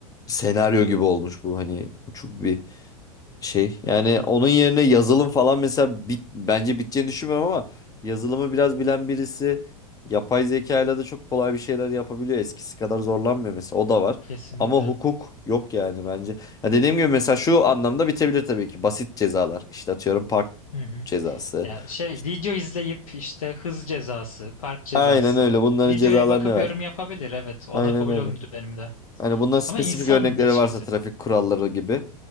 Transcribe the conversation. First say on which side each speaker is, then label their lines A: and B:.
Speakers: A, on the left (about 20°); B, on the left (about 70°).
A: senaryo gibi olmuş bu. Hani uçuk bir şey. Yani
B: Aha,
A: onun yerine yazılım falan mesela bit, bence biteceğini düşünmüyorum ama yazılımı biraz bilen birisi yapay zekayla da çok kolay bir şeyler yapabiliyor. Eskisi kadar zorlanmıyor mesela o da var.
B: kesinlikle.
A: Ama hukuk yok yani bence. Ya dediğim gibi mesela şu anlamda bitebilir tabii ki. Basit cezalar. İşte atıyorum park
B: Hı hı.
A: cezası.
B: Ya şey
A: İşte
B: video izleyip işte hız cezası, park cezası,
A: aynen öyle. Bunların
B: videoya
A: cezalarını
B: bakıp
A: ver.
B: yorum yapabilir evet.
A: Aynen
B: Ona kabul
A: öyle.
B: olmuyor benim de.
A: Hani bunların spesifik
B: Ama insan
A: örnekleri
B: ilişkisi.
A: varsa trafik kuralları gibi.